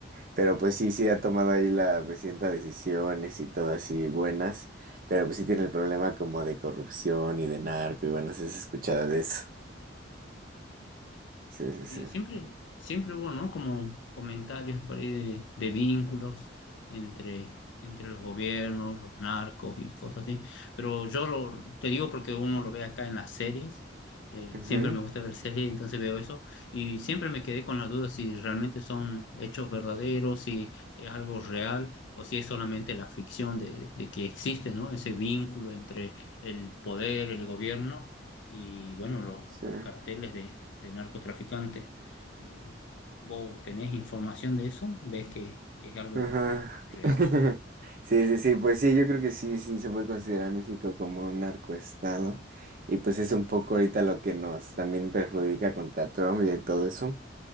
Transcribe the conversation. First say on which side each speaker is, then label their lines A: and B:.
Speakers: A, on the right (about 50°); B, on the left (about 70°).
A: pero pues sí, sí ha tomado ahí la presidenta decisiones y todo así buenas, pero pues sí tiene el problema como de corrupción y de narco y bueno, se has escuchado de eso. Sí, sí,
B: Y
A: sí.
B: siempre, siempre hubo, ¿no? Como comentarios por ahí de, de vínculos entre, entre los gobiernos, los narcos y cosas así. Pero yo lo, te digo porque uno lo ve acá en las series. eh,
A: Ujú,
B: siempre me gusta ver series, entonces veo eso. Y siempre me quedé con la duda si realmente son hechos verdaderos, si es algo real o si es solamente la ficción de, de que existe, ¿no? Ese vínculo entre el poder, el gobierno y, bueno, los
A: sí.
B: los carteles de narcotraficantes. Eh, ¿vos tenés información de eso? ¿Ves que, que es algo
A: Ajá.
B: real?
A: <laughs> Sí, sí, sí, pues sí, yo creo que sí, sí se puede considerar México como un narcoestado. Y pues es un poco ahorita lo que nos también perjudica contra Trump y todo eso,